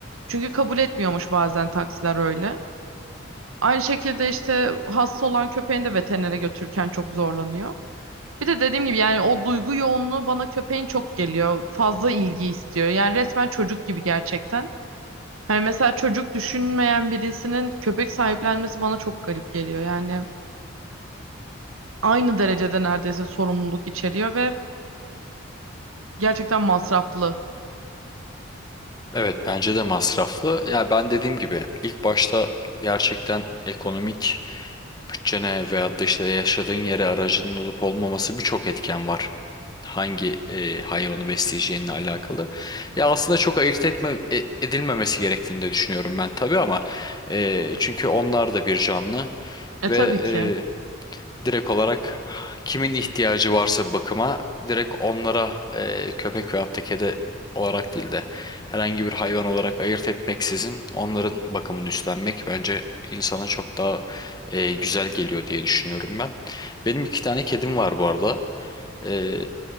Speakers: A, on the right (about 90°); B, on the left (about 20°).
A: çünkü kabul etmiyormuş bazen taksiler öyle. Aynı şekilde işte hasta olan köpeğini de veterinere götürürken çok zorlanıyor. Bir de dediğim gibi yani o duygu yoğunluğu bana köpeğin çok geliyor. Fazla ilgi istiyor. Yani resmen çocuk gibi gerçekten. Hani mesela çocuk düşünmeyen birisinin köpek sahiplenmesi bana çok garip geliyor. Yani aynı derecede neredeyse sorumluluk içeriyor ve gerçekten masraflı.
B: Evet bence de masraflı. Ya ben dediğim gibi ilk başta gerçekten ekonomik bütçene veyahut da işte yaşadığın yere aracının olup olmaması birçok etken var. Hangi e, hayvanı besleyeceğinle alakalı. Ya aslında çok ayırt etme, e- edilmemesi gerektiğini de düşünüyorum ben tabii ama e, çünkü onlar da bir canlı
A: E
B: ve
A: tabii ki.
B: e, direkt olarak kimin ihtiyacı varsa bakıma direkt onlara e, köpek veyahut da kedi olarak değil de herhangi bir hayvan olarak ayırt etmeksizin onların bakımını üstlenmek bence insana çok daha e, güzel geliyor diye düşünüyorum ben. Benim iki tane kedim var bu arada. E,